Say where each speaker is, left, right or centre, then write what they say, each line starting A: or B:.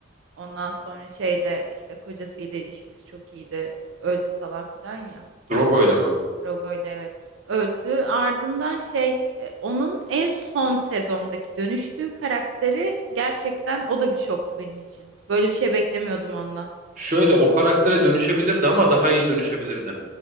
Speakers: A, on the right; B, on the right.
A: Ondan sonra şeyle işte kocasıyla ilişkisi çok iyiydi. Öldü falan filan ya.
B: Drogo'yla mı?
A: Rogoyla evet. Öldü. Ardından şey e, onun en son sezondaki dönüştüğü karakteri gerçekten o da bir şoktu benim için. Böyle bir şey beklemiyordum ondan.
B: Şöyle o karaktere dönüşebilirdi ama daha iyi dönüşebilirdi.